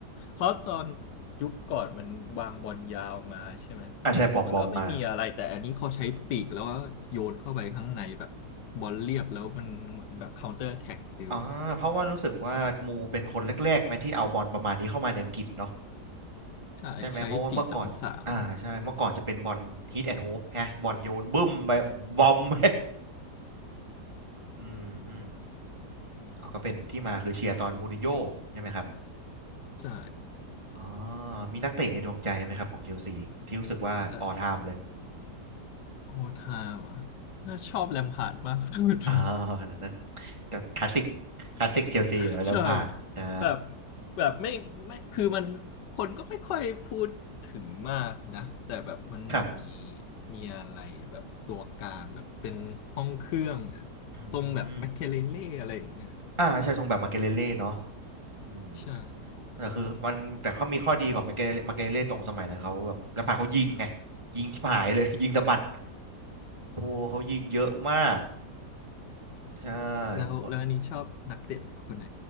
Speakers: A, on the left; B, on the right.
A: เพราะตอนยุคก่อนมันวางบอลยาวมาใช่ไหม
B: อ่ะใช่บอมบอมมา
A: มันก็ไม่มีอะไรแต่อันนี้เขาใช้ปีกแล้วก็โยนเข้าไปข้างในแบบบอลเรียบแล้วมันเหมือนแบบ c คา n t เตอร์แท็กเร็วอะ
B: อ่าเพราะว่ารู้สึกว่ามูเป็นคนแรกๆไหมที่เอาบอลประมาณนี้เข้ามาในอังกฤษเนาะ
A: ใช่ใช้สี่สามสาม
B: ใช่ไหมเพราะว่าเมื่อก่อนอ่าใช่เมื่อก่อนจะเป็นบอลฮิตแอนด์โฮปฮะบอลโยนบึ้มไปบอมไป <laughs> อืมอืมเขาก็เป็นที่มาคือเชียร์ตอนมูรินโญ่ใช่ไหมครับ
A: ใช่
B: อ๋อมีนักเตะในดวงใจไหมครับของเชลซีที่รู้สึกว่าออไทม์เลย
A: แต่โอทาว่ะน่าชอบแลมพาร์ดมากสุดนะ
B: อ๋อนั่นนะก็คลาสสิกคลาสสิกเชลซีอยู่แล้วแลมพาร์ดใช่
A: <laughs> ใช่แบบแบบไม่ไม่คือมันคนก็ไม่ค่อยพูดถึงมากนะแต่แบบมันเหมือนมี
B: ครับ
A: มีอะไรอะแบบตัวกลางแบบเป็นห้องเครื่องอะ
B: อื
A: ทรงแบบแมคเคเลเล่อะไรอย่างเงี้ย
B: มอ่าใช่ทรงแบบมาเกเลเล่เนาะอืม
A: ใช่
B: แต่คือมันแต่เขามีข้อดีกว่ามาเกเรมาเกเรตรงสมัยนั้นเขาแบบลำพังเขายิงไงยิงชิบหายเลย <laughs> ยิงสะบัดโอ้เขายิงเยอะมากใช่
A: แล้วแล้วอันนี้ชอบนักเตะคนไหน
B: ผมก็